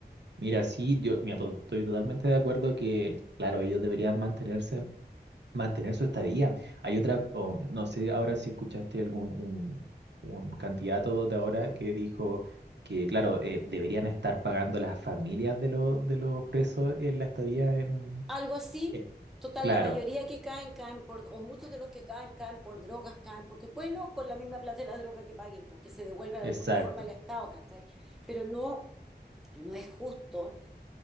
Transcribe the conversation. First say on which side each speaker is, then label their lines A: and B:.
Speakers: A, on the right; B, in the centre.
A: mira, sí, yo mira, to- estoy totalmente de acuerdo que, claro, ellos deberían mantenerse. mantener su estadía. Hay otra, o no sé ahora si escuchaste algún un, un candidato de ahora que dijo que, claro, eh, deberían estar pagando las familias de los, de los presos en la estadía en...
B: Algo así,
A: eh,
B: total,
A: Claro,
B: la mayoría que caen, caen por, o muchos de los que caen, caen por drogas, caen porque, bueno, con la misma plata de la droga que paguen, porque se devuelve de
A: exacto,
B: alguna forma al Estado, ¿cachai? Pero no, no es justo,